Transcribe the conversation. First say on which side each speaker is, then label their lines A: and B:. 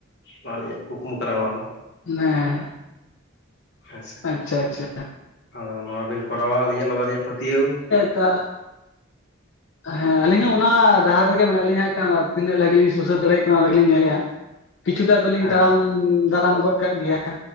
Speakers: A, on the left (about 55°); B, on the left (about 70°).
A: ᱚᱱᱟ ᱟᱞᱤᱧᱟᱜ ᱠᱩᱠᱢᱩ ᱠᱟᱱᱟ ᱱᱚᱣᱟ ᱫᱚ
B: <unintelligible>
A: ᱦᱮᱸ ᱥᱮ
B: ᱟᱪᱷᱟ ᱟᱪᱷᱟ
A: ᱟᱫᱚ ᱱᱚᱣᱟ ᱵᱤᱱ ᱠᱚᱨᱟᱣᱟ ᱟᱹᱞᱤᱧᱟᱜ ᱱᱚᱣᱟ ᱫᱚ ᱟᱹᱞᱤᱧᱟᱜ ᱯᱟᱹᱛᱭᱟᱹᱣ
B: ᱛᱚ <inaudible> ᱦᱮᱸ ᱟᱞᱤᱧ ᱦᱚᱸ ᱚᱱᱟ ᱰᱟᱦᱟᱨ ᱨᱮᱜᱮ ᱢᱮᱱᱟᱜ ᱞᱤᱧᱟ ᱦᱟᱸᱜ ᱠᱟᱷᱱ ᱛᱤᱱᱟᱹᱜ ᱞᱟᱹᱜᱤᱫ ᱞᱤᱧ ᱥᱩᱥᱟᱹᱨ ᱫᱟᱲᱮᱭᱟᱜ ᱠᱟᱱᱟ ᱚᱱᱟ ᱜᱮᱞᱤᱧ ᱧᱮᱞᱮᱫᱼᱟ᱾ ᱠᱤᱪᱷᱩᱴᱟᱜ ᱫᱚᱞᱤᱧ
A: ᱦᱮᱸ
B: ᱛᱟᱲᱟᱢ ᱫᱟᱨᱟᱢ ᱜᱚᱫ ᱠᱟᱜ ᱜᱮᱭᱟ